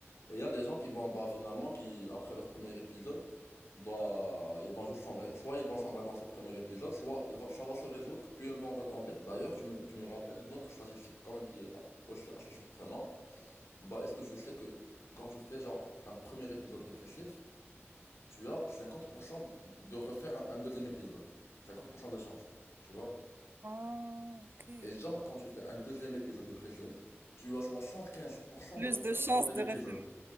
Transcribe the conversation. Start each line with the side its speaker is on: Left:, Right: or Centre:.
Left: Et il y a des gens qui vont, bah finalement, qui, après leur premier épisode, bah, ils vont juste sombrer. Soit ils vont sombrer dans ce premier épisode, soit ils vont- ça va se résoudre, puis ils vont retomber. D'ailleurs, tu me, tu me rappelles une autre statistique quand même qui est a- aussi assez surprenante. Bah, est-ce que tu sais que quand tu fais genre un premier épisode dépressif, tu as 50% de refaire un, un deuxième épisode. 50% de chance, tu vois?
Right: Ah, ok.
Left: Et genre, quand tu fais un deuxième épisode dépressif, tu as 75%
Right: Plus
Left: de refaire
Right: de
Left: un
Right: chances
Left: troisième
Right: de
Left: épisode.
Right: réfléchir.